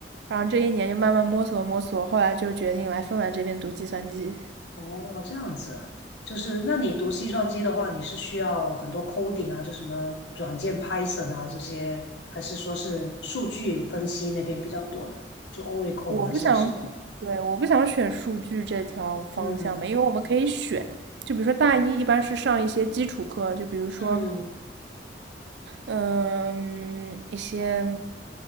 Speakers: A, on the right; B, on the left.
A: 然后这一年就慢慢摸索摸索，后来就决定来芬兰这边读计算机。
B: 哦，这样子啊，就是那你读计算机的话，你是需要很多 coding 啊，就什么软件 Python 啊这些，还是说是数据分析那边比较多的，就 Oracle
A: 我不想，
B: 还是什么？
A: 对，我不想选数据这条方向嘛，
B: 嗯
A: 因为我们可以选，就比如说大一一般是上一些基础课，就比如说
B: 嗯
A: 嗯，一些